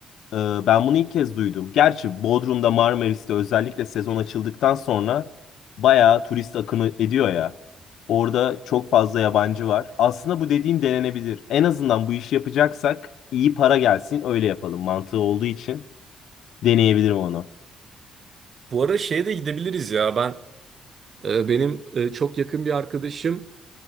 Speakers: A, on the left; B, on the right.
A: Ee, Ben bunu ilk kez duydum. Gerçi Bodrum'da Marmaris'te özellikle sezon açıldıktan sonra bayağı turist akını ediyor ya. Orada çok fazla yabancı var. Aslında bu dediğin denenebilir. En azından bu işi yapacaksak iyi para gelsin öyle yapalım. Mantığı olduğu için deneyebilirim onu.
B: Bu arada şeye de gidebiliriz ya. Ben e, benim e, çok yakın bir arkadaşım